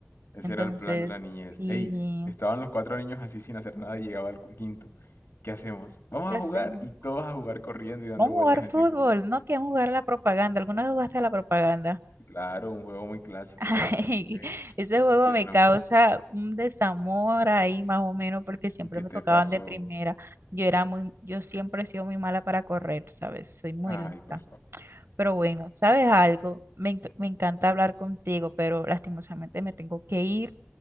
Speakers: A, on the left; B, on the right.
A: Ese
B: Entonces,
A: era el plan de la niñez.
B: sí,
A: Ey, estaban los cuatro niños así sin hacer nada y llegaba el cu- quinto. ¿Qué hacemos? Vamos
B: ¿qué
A: a
B: hacemos?
A: jugar. Y todos a jugar corriendo y dando
B: Vamos
A: vueltas
B: a jugar
A: en
B: fútbol,
A: círculo.
B: no queremos jugar a la propaganda. ¿Alguna vez jugaste a la propaganda?
A: Claro, un juego muy clásico,
B: <laughs>
A: la verdad es que,
B: Ese juego
A: ¿quién
B: me
A: no?
B: causa un desamor ahí más o menos porque siempre
A: ¿Y qué
B: me
A: te
B: tocaban
A: pasó?
B: de primera. Yo era muy, yo siempre he sido muy mala para correr, ¿sabes? Soy muy
A: Ay,
B: lenta.
A: por favor.
B: Pero bueno, ¿sabes algo? Me, enc- me encanta hablar contigo, pero lastimosamente me tengo que ir.